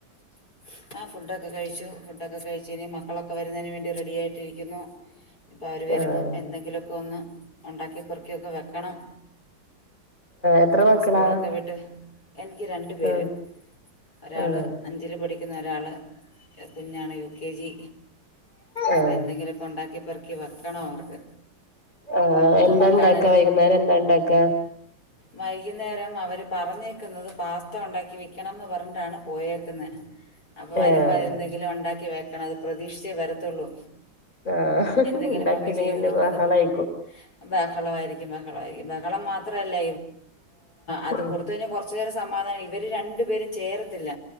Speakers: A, on the left; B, on the left.
A: !!!!!!!!!! ആഹ് ഫുഡൊക്കെ കഴിച്ചു ഫുഡൊക്കെ കഴിചു ഇനി മക്കളൊക്കെ വരുന്നതിന് വേണ്ടി റെഡിയായിട്ടിരിക്കുന്നു ഇപ്പം അവര് വരുമ്പം
B: ആഹ്
A: എന്തെങ്കിലു ഒക്കെ ഒന്ന് ഉണ്ടാക്കി പുറക്കി ഒക്കെ വെക്കണം
B: എത്ര മക്കളാ
A: ആഹ് സ്കൂളൊക്കെ വിട്ട് എനിക്ക് രണ്ടു പേര്
B: ആഹ്
A: ഒരാള്
B: ആഹ്
A: അഞ്ചില് പഠിക്കുന്നു ഒരാള് കുഞ്ഞാണ് യു കെ ജി അപ്പൊ
B: ആഹ്
A: എന്തെങ്കിലു ഒക്കെ ഉണ്ടാക്കിപ്പറക്കി വെക്കണ അവർക്ക്
B: ആഹ് എന്താ
A: നമുക്കാണേൽ
B: ണ്ടാക്ക വൈകുന്നേരം എന്താ ണ്ടാക്കാ
A: വൈകുന്നേരം അവര് പറഞ്ഞേക്കുന്നത് പാസ്ത ഉണ്ടാക്കി വെക്കണം ന്ന് പറ ഞ്ഞിട്ടാണ് പോയക്കുന്നത് അപ്പ വരുമ്പാ
B: ആഹ്
A: എന്തെങ്കിലും ഉണ്ടാക്കി വെ ക്കണം അത് പ്രതീക്ഷിച്ചേ വരത്തുള്ളൂ
B: ആഹ്
A: എന്തെങ്കിലും
B: ഇണ്ടാക്കിയില്ലെങ്കി
A: മമ്മി ചെയ്തു
B: പിന്നെ
A: വെക്കു
B: ബഹളായിക്കും
A: എന്ന് ബഹളമായിരിക്കും ബഹളമായിരിക്കും ബഹളം മാത്രമല്ല അത്
B: ഉം
A: കൊടുത്ത് കഴിഞ്ഞാൽ കുറച്ചു നേരം സമാധാനഇവര് ര ണ്ടു പേരും ചേരത്തില്ല